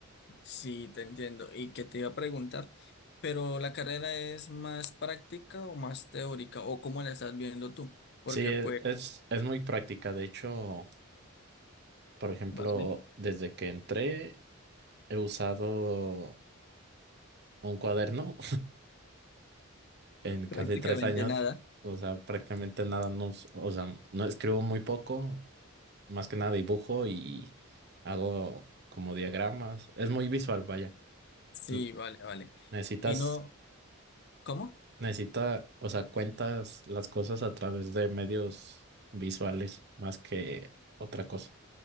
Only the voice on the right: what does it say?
Sí, e-
es, es muy práctica. De hecho, por ejemplo,
desde que entré, he usado un cuaderno <laughs> en casi
tres años.
O sea, prácticamente nada, no, us- o sea, no escribo muy poco más que nada dibujo y hago como diagramas. Es muy visual, vaya.
N-
Necesitas,
necesita, o sea, cuentas las cosas a través de medios visuales más que otra cosa.